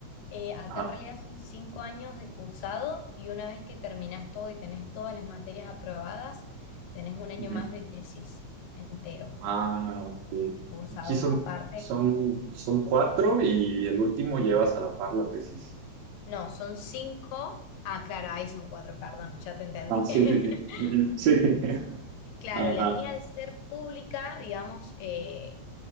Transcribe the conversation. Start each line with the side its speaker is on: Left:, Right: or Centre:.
Left: Eh, acá
Right: Ajá.
Left: en realidad son cinco años de cursado y una vez que terminás todo y tenés todas las materias aprobadas, tenés un año
Right: Ujú.
Left: más de tesis entero,
Right: Ah, ok.
Left: cursado
Right: Aquí son,
Left: aparte
Right: son, son cuatro y el último llevas a la par la tesis.
Left: No, son cinco. Ah, claro, ahí son cuatro, perdón, ya te entendí.
Right: Ah, sí,
Left: <laughs>
Right: sí, sí. Ujú, Sí. <laughs>
Left: Claro,
Right: Ajá.
Left: la mía al ser pública, digamos, eh,